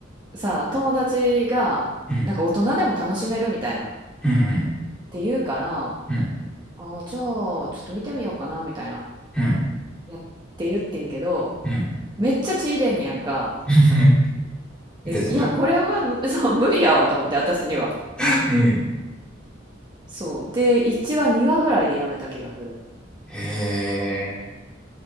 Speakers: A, on the right; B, in the centre.
A: さ、友達が、
B: うん。
A: なんか大人でも楽しめるみたいな。っ
B: うんうん。
A: て言うから、
B: うん。
A: あ、じゃあ、ちょっと見てみようかな、みたいな。
B: うん
A: やって言ってんけど、
B: うん。
A: めっちゃ血出んねやんか。
B: <laughs>
A: で、
B: で、そうや
A: いや、これはむ、<laughs> そう、無理やわと思って、私には。
B: な。うん。
A: そう。で、1話、2話ぐらいでやめた気がする。
B: へえ。